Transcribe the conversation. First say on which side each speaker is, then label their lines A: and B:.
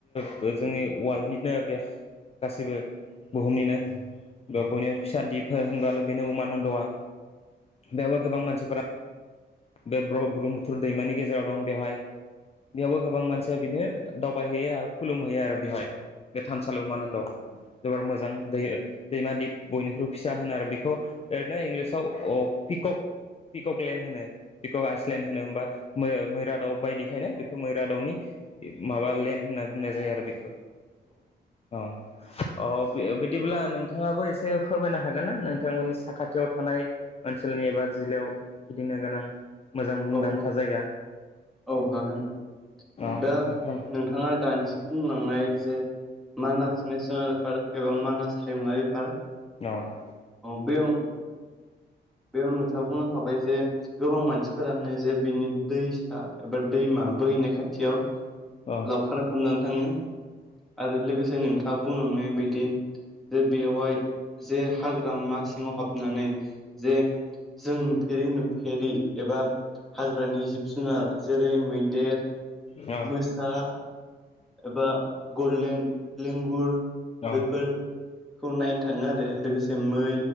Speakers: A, on the left; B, in the centre.
A: जोंनि अवालनिनो बे गासैबो बुहुमनिनो <unintelligible> फिसा दिप होनबा बेनो उम्मान्द आ बेयावबो गोबां मानसिफोरा। बे ब्र ब्रम्हपुथुर दैमानि गेजेराव दं बेहाय बेयावबो गोबां मानसिया बिदिनो दावबायहैयो आरो खुलुमहैयो आरो बेवहाय। बे थानसालिया उम्मान्द। जोबोर मोजां दै दैमा दिप बयनिख्रुइबो फिसा होनो आरो बेखौ ओरैनो इंलिसाव अ पिक। क्क पिककलेण्ड होनो पिकक आइसलेण्ड होनो होनबा। <unintelligible> मैरा दावउ बायदिखायनो बेखौ मैरा दाउनि माबा लेन्ड होनना बुंनाय जायो आरो बेखौ। अ। अ बिदिब्ला नोंथाङाबो एसे फोरमायनो हागोन ना नोंथांमोननि साखाथियाव थानाय ओनसोल एबा जिल्लायाव गिदिंनो गोनां। मोजां मुंदांखा
B: औ
A: जायगा।
B: औ हागोन
A: अ
B: दा
A: नोंथां फोरमाय
B: नोंथाङा दानिसो बुंलांनाय जे मानास नेसनेल पार्क एबा मानास हायुङारि पार्क
A: अ
B: औ बेयाव। बेयाव नोंथाङा बुलांखाबाय जे गोबां मानसिफोरानो जे बिनि दैसा एबा दैमा। बोहैनाय खाथियाव
A: औ
B: लावखार ओंखाम जानो थाङो आरो लोगोसे नोंथाङा बुंलांनाय बायदि जे बेवहाय जे हाग्रामा सिङाव हाबनानै जे जों नुफेरि नुफेरि एबा हाग्रानि जिब जुनार जेरै मैदेर
A: औ
B: मोसा एबा गलेन लेंगुर।
A: औ
B: बेफोरखौ नायनो थाङो आरो लोगोसे मै